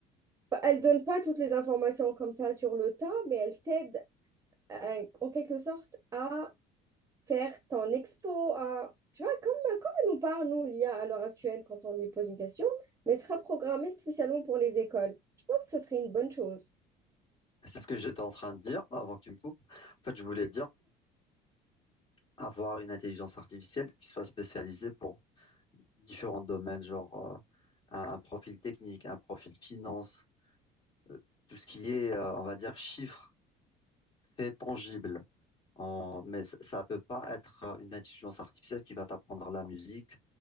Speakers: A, on the right; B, on the left.
A: Bah, Elle donne pas toutes les informations comme ça sur le tas, mais elle t'aide à- en quelque sorte à faire ton expo, à... Tu vois, comme, comme elle nous parle, nous, l'IA, à l'heure actuelle, quand on lui pose une question, mais elle sera programmée spécialement pour les écoles. Je pense que ce serait une bonne chose.
B: C'est ce que j'étais en train de dire avant que tu me coupes. En fait, je voulais dire avoir une intelligence artificielle qui soit spécialisée pour différents domaines, genre euh, un, un profil technique, un profil finance, euh, tout ce qui est, euh, on va dire, chiffres, faits tangibles. En- mais c- ça peut pas être euh, une intelligence artificielle qui va t'apprendre la musique